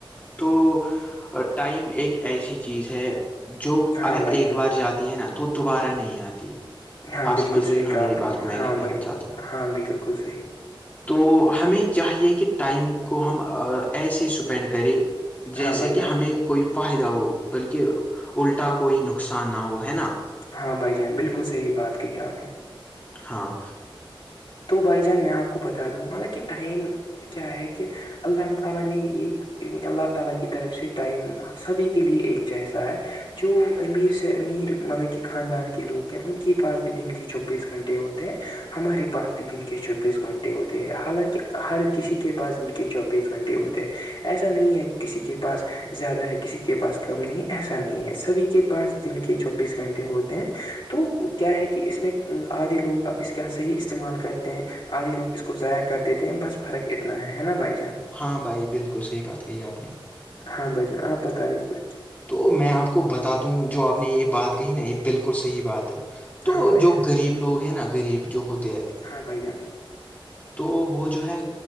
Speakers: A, on the left; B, on the left.
A: تو ٹائم ایک ایسی چیز ہے جو
B: ہاں
A: اگر
B: بھائی
A: ایک
B: جان
A: بار جاتی ہے نا تو دوبارہ نہیں آتی ہے
B: ہاں
A: آپ
B: بالکل
A: سمجھ رہے
B: صحیح
A: ہو نا
B: کہا
A: میری
B: آپ نے
A: بات کو میں
B: ہاں
A: یہ کہنا
B: بھائی
A: چاہتا ہوں
B: ہاں بالکل صحیح
A: تو ہمیں چاہیے کہ ٹائم کو ہم ایسے اسپینڈ کریں جیسے
B: ہاں بھائی
A: کہ
B: جان
A: ہمیں کوئی فائدہ ہو بلکہ الٹا کوئی نقصان نہ ہو ہے نا
B: ہاں بھائی جان بالکل صحیح بات کہ آپ نے
A: ہاں
B: تو بائی جان میں آپ کو بتا دوں مطلب کہ ٹائم کیا ہے کہ اللہ تعالی نے عید اللہ تعالی کی طرف سے ٹائم اپ سبھی کے لیے ایک جیسا ہے جو امیر سے امیر مطلب کے خاندان کے لوگ ہیں ان کے پاس بھی دن کے چوبیس گھنٹے ہوتے ہیں ہمارے پاس بھی دن کے چوبیس گھنٹے ہوتے ہیں حالانکہ ہر کسی کے پاس جن کے چوبیس گھنٹے ہوتے ہیں ایسا نہیں ہے کسی کے پاس زیادہ ہے کسی کے پاس کم نہیں ہے ایسا نہیں ہے سبھی کے پاس دن کے چوبیس گھنٹے ہوتے ہیں تو کیا ہے کہ اس میں آدھے لوگ اب اس کا صحیح استعمال کرتے ہیں آدھی لوگ اس کو ضائع کر دیتے ہیں بس فرق اتنا ہے نا بھائی جاناں
A: ہاں بھائی بالکل صحی بات کہی آپ نے
B: ہاں بھائی جان آپ بتائیے کچھ
A: تو میں آپ کو بتا دوں جو آپ نے یہ بات کہی نا یہ بالکل صحیح بات ہے تو
B: ہاں بھائی
A: جو
B: جان
A: غریب لوگ ہیں نا غریب جو ہوتے ہیں
B: ہاں بائی جان
A: تو وہ جو ہے